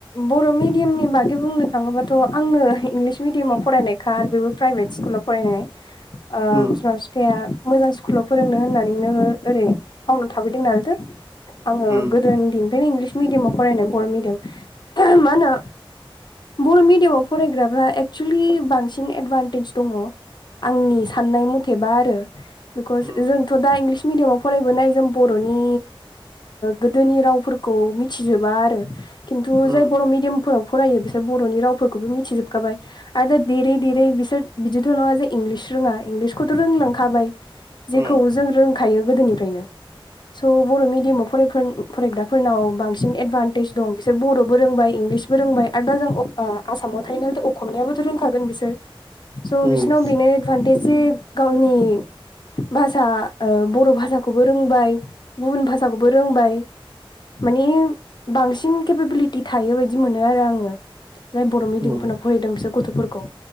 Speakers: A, on the left; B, on the right.
A: बर' मिडियामनि बागै बुंनो थाङोबाथ' आंनो इंलिस मिडियामाव फरायनाय खा बेबो प्राइभेट स्कुलाव फरायनाय ओ
B: उम
A: बिमा बिफाया मोजां स्कुलाव फोरोंनो होननानै नो ओरै टाउनाव थाबफैदों नालो आङो
B: उम
A: गोदो उन्दनिफ्रायनो इंलिस मिडियामाव फरायनाय बर' मिडियाम मा होनो बर' मिडियामाव फरायग्राफ्रा एक्सुलि बांसिन एदभान्टेज दङ आंनि साननाय मथेबा आरो बिकस
B: उम
A: जों थ' दा इंलिस मिडियामाव फरायबोनाय जों बर'नि गोदोनि रावफोरखौ मिथिजोबा आरो खिन्थु जाय
B: उम
A: बर' मिडियामफोराव फरायो बिसोर बर'नि रावफोरखौबो मिथिजोबखाबाय आरो दा देरै देरै
B: उम
A: बिसोर बिदिथ' नङा जे इंलिस रोङा इंलिसखौथ' रोंलांखाबाय जेखौ
B: उम
A: जों रोंखायो गोदोनिफ्रायनो स' बर' मिडियामाव फरायग्राफोरनाव बांसिन एदभान्टेज दं बिसोर बर'बो रोंबाय इंलिसबो रोंबाय आरो दा जों आसामाव थायो नाल' खमनायाबोथ' रोंखागोन बिसोर स'
B: उम
A: बिसोरनाव बेनो एदभान्टेज जे गावनि भाषा बर' भाषाखौबो रोंबाय गुबुन भाषाखौबो रोंबाय माने बांसिन केपेबिलिटि थायो बायदि मोनो आरो आङो जाय बर' मिडियामफोरनाव
B: उम
A: फरायदों बिसोर गथ'फोरखौ